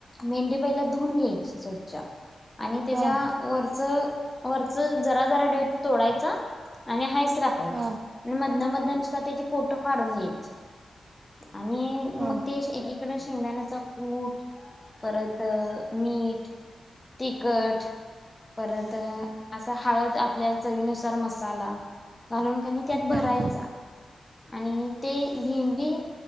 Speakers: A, on the left; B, on the right.
A: भेंडी पहिला धुवून घ्यायची स्वच्छ आणि त्याच्या
B: हा हा
A: वरच वरच जरा जरा देठ तोडायच आणि हायस राखायच.
B: हा
A: मधन मधन नुसता त्याची पोटो फाडून घ्यायची आणि
B: हा
A: मग ते एक थोड शेंगदाण्याचा कुट परत मीठ तिखट परत असा हळद आपल्या चवीनुसार मसाला. घालून कनी त्यात भरायचा.
B: हम्म
A: आणि ते भेंडी